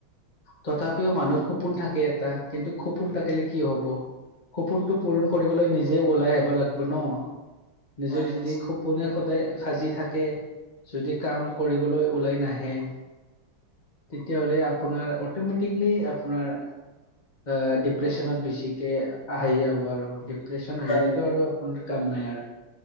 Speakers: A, on the left; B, on the left.
A: তথাপিও মানুৰ সপোন থাকে এটা কিন্তু সপোন থাকিলে কি হব, সপোনটো পূৰণ কৰিবলৈ নিজে ওলাই আহিব লাগব ন নিজে
B: হয়
A: যদি
B: নিশ্চয়
A: খুব, পোনে সদায় সাজি থাকে যদি কাম কৰিবলৈ ওলাই নাহে, তেতিয়াহ'লে আপোনাৰ অটমেটিকলি আপোনাৰ, আ ডিপ্ৰেছনত বেছিকে আহি যাব আৰু, প্ৰেচন আহিলেটো
B: উম
A: আৰু আপোনাৰ কাম নাই আৰু